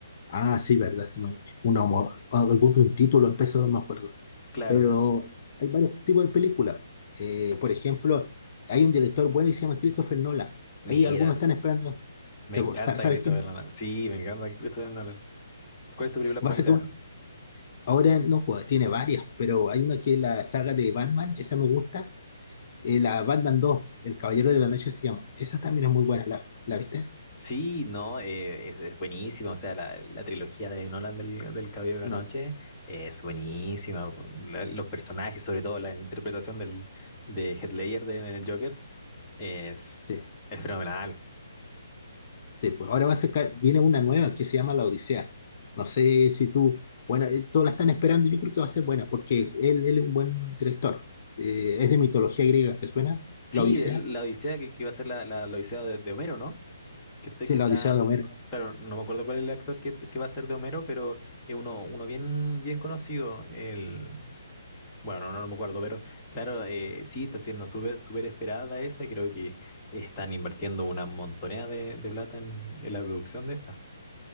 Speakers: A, on the left; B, on the left.
A: Ah, sí, verdad, este me- una, homo- algún un título en peso, no me acuerdo.
B: Claro.
A: Pero hay varios tipos de películas. Eh, por ejemplo, hay un director bueno que se llama Christopher Nolan.
B: Miras.
A: Ahí algunos están esperando.
B: Me
A: ¿Te
B: encanta
A: acuer- sa- ¿Sabes
B: Christopher
A: quién es?
B: Nolan. Sí, me encanta Christopher Nolan. ¿Cuál es tu película favorita?
A: Va a sacar un- ahora no, pues, tiene varias, pero hay una que es la saga de Batman, esa me gusta. Eh, la Batman 2, El Caballero de la Noche se llama. Esa también es muy buena, ¿la, la viste?
B: Sí, no, eh, es, es buenísima. O sea, la, la trilogía de Nolan del, del Caballero de la
A: No,
B: Noche
A: la-
B: es buenísima. La- los personajes, sobre todo la, la interpretación del, de Heath Ledger de, en el Joker, es,
A: sí.
B: es fenomenal.
A: Sí, pues ahora va a sacar, viene una nueva que se llama La Odisea. No sé si tú, bueno, eh, todos la están esperando, yo creo que va a ser buena, porque él, él es un buen director. Eh, es de mitología griega, ¿te suena?
B: Sí,
A: La Odisea.
B: el- la Odisea que, que iba a ser la, la, la Odisea de, de Homero, ¿no? Que, te-
A: Sí,
B: que
A: La
B: está.
A: Odisea de Homero.
B: Claro, no me acuerdo cuál es el actor que, que va a ser de Homero, pero es uno, uno bien, bien conocido. El. Bueno, no, no me acuerdo, pero claro, eh, sí, está siendo súper súper esperada esa. Creo que están invirtiendo una montonera de, de plata en, en la producción de esta.